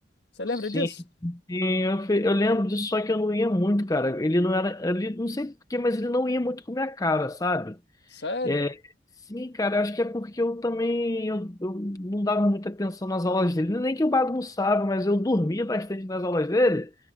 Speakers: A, on the left (about 65°); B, on the left (about 20°).
A: Você lembra
B: Sim,
A: disso?
B: Sim, eu, fe- eu lembro disso, só que eu não ia muito, cara. Ele não era, ele não sei por quê, mas ele não ia muito com a minha cara, sabe?
A: Sério?
B: É, sim, cara, eu acho que é porque eu também eu, eu não dava muita atenção nas aulas dele. Nem que eu bagunçava, mas eu dormia bastante nas aulas dele.